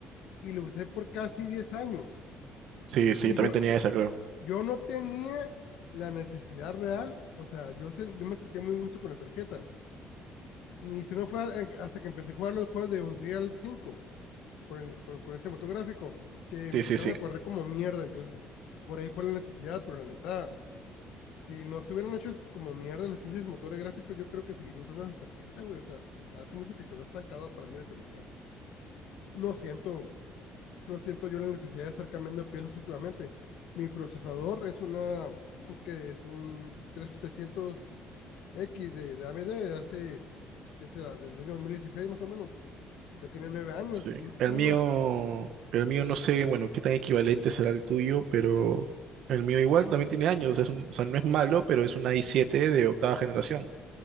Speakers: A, on the left (about 80°); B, on the right (about 60°).
A: y lo usé por casi 10 años.
B: Sí, sí,
A: Y
B: yo también
A: yo,
B: tenía esa, creo.
A: yo no tenía la necesidad real, o sea, yo, se, yo me sentía muy gusto con la tarjeta. Ni si no fue hasta que empecé a jugar los juegos de Unreal cinco con, el, con, con ese motográfico, que
B: Sí,
A: empezaron
B: sí, sí.
A: a correr como mierda, entonces por ahí fue la necesidad, pero la neta, si nos hubieran hecho como mierda los pinches motores gráficos, yo creo que seguir usando esa tarjeta, güey. O sea, hace mucho que quedó estancado para mí la tecnología. No siento no siento yo la necesidad de estar cambiando piezas últimamente. Mi procesador es una, es un que es un 3700X de, de AMD de hace, ¿qué será? Del año 2016 más o menos. Ya tiene nueve años
B: Sí.
A: y,
B: El mío,
A: y nos
B: el mío no sé, bueno, qué tan equivalente será el tuyo, pero el mío igual también tiene años, o sea, es un- o sea, no es malo, pero es una i7 de octava generación.